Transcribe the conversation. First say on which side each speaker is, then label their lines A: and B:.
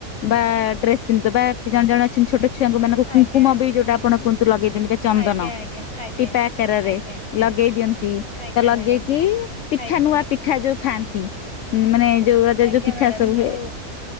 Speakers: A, on the left; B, on the left.
A: ବା ଡ୍ରେସ୍ ପିନ୍ଧବା ଜଣେ ଜଣେ ଅଛନ୍ତି ଛୋଟ ଛୁଆଙ୍କ ମାନଙ୍କୁ କୁଙ୍କୁମବି
B: ଆଜ୍ଞା ଆଜ୍ଞା ଆଜ୍ଞା
A: ଯୋଉଟା ଆପଣ କୁହନ୍ତୁ ଲଗେଇ ଦିଅନ୍ତି ବା ଚନ୍ଦନ
B: ଆଜ୍ଞା ଆଜ୍ଞା ଆଜ୍ଞା ଆଜ୍ଞା
A: ଟିପା ଆକାରରେ
B: ଆଜ୍ଞା
A: ଲଗେଇ ଦିଅନ୍ତି।
B: ଆଜ୍ଞା
A: ତ ଲଗେଇକି
B: ମ୍ୟାଡାମ
A: ପିଠା
B: ଆଜ୍ଞା
A: ନୂଆ ପିଠା ଯୋଉ ଖାଆନ୍ତି ମାନେ ଯୋଉ ରଜରେ
B: ଆଜ୍ଞା
A: ଯୋଉ ପିଠା
B: ମ୍ୟାଡାମ
A: ସବୁ ହୁଏ
B: ଯୋଉ